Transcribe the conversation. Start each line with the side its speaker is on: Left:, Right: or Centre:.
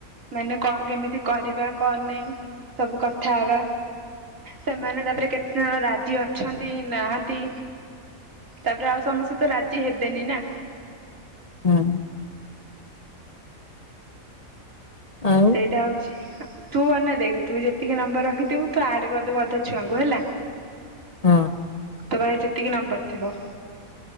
Right: ମାନେ କଣ କେମିତି କରିବା କଣ ନାହିଁ ସବୁ କଥା ହବା ସେମାନେ ତାପରେ କେତେ ଜଣ ରାଜି ଅଛନ୍ତି ନାହାନ୍ତି ତାପରେ ଆଉ ସମସ୍ତେ ତ ରାଜି ହେବେନି ନା।
Left: ହୁଁ ଆଉ
Right: ସେଇଟା ହଉଛି। ତୁ ଅେ ଦେଖ ତୁ ଯେତିକି ନମ୍ବର ରଖିଦିବୁ ତୁ ଆଡ କରିଦେବୁ ଅଧା ଛୁଆଙ୍କୁ ହେଲା।
Left: ହଁ
Right: ତ ଭାଇ ଯେତିକି ନମ୍ବର। କିିବା